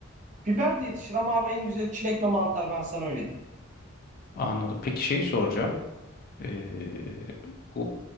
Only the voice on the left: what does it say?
Anladım. Peki şeyi soracağım. Ee, bu